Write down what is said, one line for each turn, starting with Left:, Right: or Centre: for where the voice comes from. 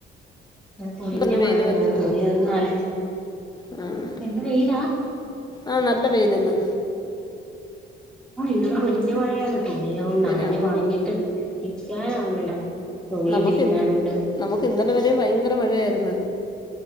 Centre: അ പൊരിഞ്ഞ
Left: ഇന്ന് വെയിൽ
Centre: മഴയ തുണിയൊന്നും അല
Left: ആഹ് ആഹ്
Centre: ഇന്ന് വെയിലാ?
Left: ആ നല്ല വെയില് ഇന്ന്.
Centre: ആ ഇവിടെ പൊരിഞ്ഞ മഴയാണ് തുണിയോ
Left: ഇപ്പൊ
Centre: നനഞ്ഞ്
Left: ഞാൻ
Centre: കൊഴഞ്ഞിട്ട് ഇരിക്കാനാവുന്നില്ല. തുണിയും
Left: നമുക്ക്
Centre: വിരിക്കാനുണ്ട്
Left: ഇന്ന് നമുക്ക് ഇന്നലെ വരെയും ഭയങ്കര മഴയായിരുന്നു.